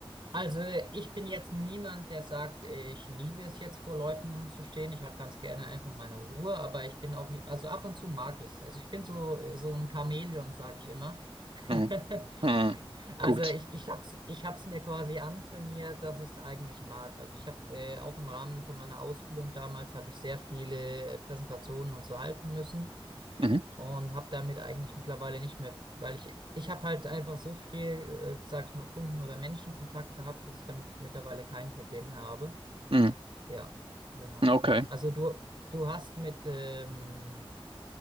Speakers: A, on the right; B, on the right.
A: Also äh, ich bin jetzt niemand, der sagt, äh, ich liebe es jetzt vor Leuten zu stehen. Ich habe ganz gerne einfach meine Ruhe, aber ich bin auch, also ab und zu mag ich es. Also ich bin so, so ein Chamäleon, sage ich immer.
B: Mhm.
A: <laughs>
B: Mhm.
A: Also
B: Gut.
A: ich, ich hab's, ich hab's mir quasi antrainiert, dass ich es eigentlich mag. Also ich habe äh, auch im Rahmen von meiner Ausbildung damals habe ich sehr viele äh, Präsentationen und so halten müssen
B: Mhm.
A: und habe damit eigentlich mittlerweile nicht mehr, weil ich ich habe halt einfach so viel, äh, sag ich mal, Kunden- oder Menschenkontakt gehabt, dass ich damit mittlerweile kein Problem mehr habe.
B: Mhm.
A: Ja, genau.
B: Okay.
A: Also du du hast mit ähm,